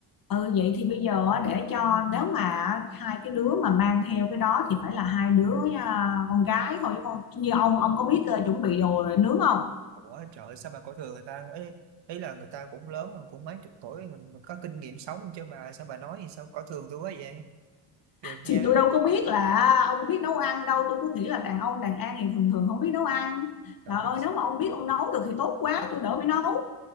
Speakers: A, on the left; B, on the right.
A: ừ
B: Ừ.
A: vậy thì bây giờ á, để cho nếu mà hai cái đứa mà mang theo cái đó thì phải là hai đứa à, con gái thôi chứ con như ông ông có biết ờ, chuẩn bị đồ nướng không
B: ủa trời ơi, sao bà cổ thường người ta ấy ấy là người ta cũng lớn rồi cũng mấy chục tuổi rồi, mà có kinh nghiệm sống không chứ bà sao bà nói gì sao cổ thường tôi quá vậy được
A: thì
B: nha
A: tôi đâu có biết là à, ông biết nấu ăn đâu tôi cứ nghĩ là đàn ông đàn an thì thường thường không biết nấu ăn
B: trời
A: trời
B: ơi,
A: ơi nếu mà ông biết ông nấu được thì tốt quá tôi đỡ phải nấu